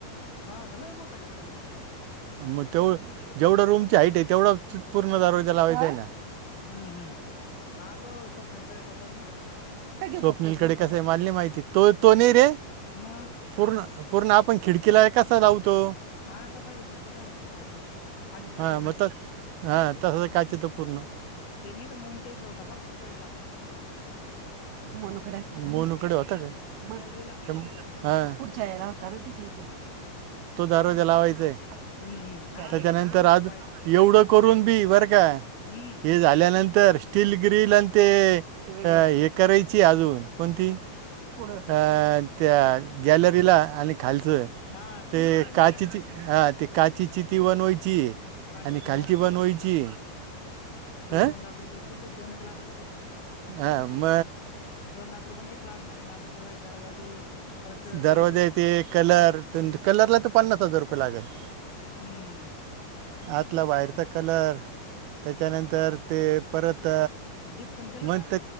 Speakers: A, on the left; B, on the right.
A: हा का लय मोठा घेतला.
B: मग जेवढं रूमची हाईट आहे तेवढा पूर्ण दरवाजा लावायचां आहे.
A: हम्म हम्म हा तो स्वप्नीलकडे येतसा ना.
B: स्वप्नीिलकडे कसं आहे माारली माहिती तो तो नाही रे.
A: म.
B: पूर्ण पुर्ण आपण खिडकीला कसा लावतो.
A: हा तसाचेत तसाच काचेच्या
B: हां
A: पूर्ण.
B: मग तस हां तसंच काच तर पूर्ण.
A: ते नाहीच्या मोणीच्या इ ठेवता बा पुढच्या वेळेला.
B: मोनुकडे मोनूकडे होता का म
A: गॅलरीला
B: हा पुढच्या याला होता ना तच्या इथ तो दरवाजा.
A: तसा ना
B: लावायचाय
A: हम्म हम्म हा आता
B: च्यानंतर
A: तसेच लावून
B: आज
A: राहिले व्हाईट व्हाईट
B: एवढं
A: मध्ये
B: करून
A: ना
B: बी बरं का
A: हम्म
B: हे झाल्यानंतर. तिल ग्रिल आणि ते हे, करायची अजून कोणती. पुढ अ त्या गॅलरीला आणि खालचंय.
A: हा स्टील
B: ते
A: करायची
B: काचीची
A: आहे का
B: हा ते, काचीची ती बनवायची.
A: <unintelligible> दीड
B: आणि खालची बनवायची हां
A: दोन लाख रुपये तिथे, दोन एक लाख रुपये‌ <unintelligible>
B: हा म.
A: दोन लाख रुपये नीट लागणार आहे, माझं सर्व हे दरवाजे. परत
B: दरवाजा
A: ते
B: ते, कलर कलरला तर पन्नास हजार रुपये लागलं.
A: हम्म.
B: आतला बाहेरचा कलर, त्याच्यानंतर ते परत.
A: जिप्सन केलं
B: मग
A: का